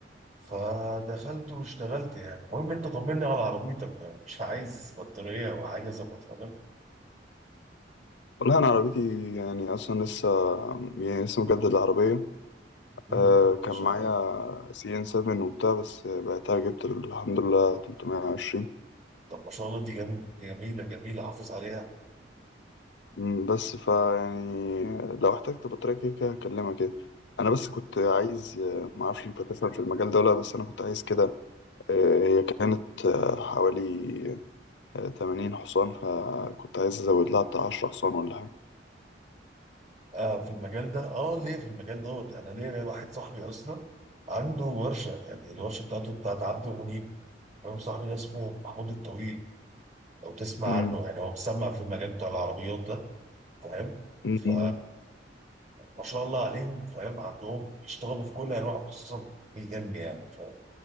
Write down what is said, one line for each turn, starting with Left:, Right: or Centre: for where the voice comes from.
Right: فدخلت واشتغلت يعني المهم انت طمني على عربيتك يعني مش عايز بطاريه او حاجه ظبطها لك
Left: والله أنا عربيتي يعني أصلا لسه يعني لسه مجدد العربية
Right: مم.
Left: أه
Right: ان
Left: كان
Right: شاء
Left: معايا
Right: الله
Left: سي إن سفن وبتاع بس بعتها جبت الحمد لله تلتمية وعشرين
Right: طب ما شاء الله دي جم... جميله جميله حافظ عليها
Left: مم، بس فا يعني لو احتجت بطارية كده كده هكلمك كده انا بس كنت عايز آه، ما اعرفش انت تفهم في المجال ده ولا لأ، بس انا كنت عايز كده آه، هي كانت آه، حوالي آه، 80 حصان فكنت عايز ازود لها بتاع 10 حصان ولا حاجة
Right: آه في المجال ده اه ليه في المجال دوت انا ليه واحد صاحبي اصلا عنده ورشه يعني الورشه بتاعته بتاعت عبد منيب فاهم صاحبي ده اسمه محمود الطويل لو تسمع
Left: مم،
Right: عنه يعني هو مسمع في المجال بتاع العربيات ده فاهم
Left: مم،
Right: ف ما شاء الله عليهم فاهم عندهم يشتغلوا في كل انواع خصوصا بي ام يعني فاهم